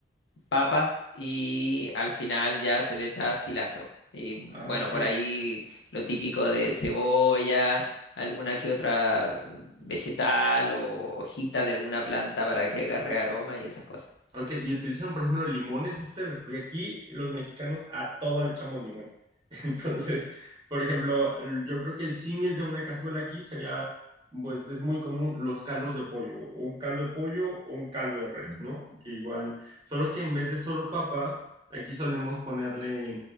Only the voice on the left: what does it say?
papas y al final ya se le echa cilantro. Y bueno,
por ahí lo típico de cebolla, alguna que otra vegetal o hojita de alguna planta para que agarre aroma y esas cosas.